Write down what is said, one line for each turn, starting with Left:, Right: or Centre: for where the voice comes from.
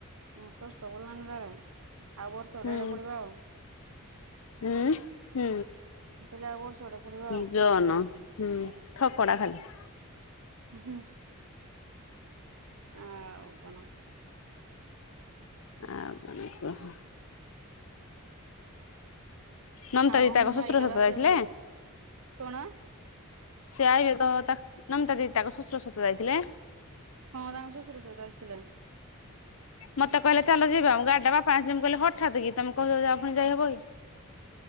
Right: ପୁଅ ଷଷ୍ଠ ପଡିଲାଣିି ରେ ଆଉ ବର୍ଷ
Left: ହୁଁ
Right: ଅଢେ ପଡିବ ଆଉ।
Left: ହୁଁ
Right: ମୁଁ କହିଲି ଆଉ ବର୍ଷ ଟେ ପଢିବ
Left: ହୁଁ
Right: ଆଉ।
Left: ଜନ <unintelligible> ହୁଁ ଠକଡ଼ା ଖାଲି।
Right: ହୁଁ ଆଉ କଣ?
Left: ଆଉ କଣ କହ? ନମତାଦି
Right: ଆଉ
Left: ତାଙ୍କ
Right: ଭାଇ
Left: ଶ୍ୱଶୁର
Right: କେବେ
Left: ଘରକୁ
Right: ଆସିବେ
Left: ଯାଇଥିଲେ।
Right: ପୁଣି? କଣ?
Left: ସେ ଆଇବେ ତ ତା ନମିତା ଦିଦି ତାକୁ ଶ୍ୱଶୁର ଶଶୁର ଯାଇଥିଲେ।
Right: ହଁ ତାଙ୍କଶ୍ୱଶ୍ୱୁର ସହିତ ଆସିଥିଲେ।
Left: ମତେ କହିଲା ଚାଲ ଯିବା ଗଡା ପାଞ୍ଚ ଦିନ କହିଲେ ହଠାତ୍ କି ତମେ କହିବ ଯ ଆଉ ଯାଇହବ କି।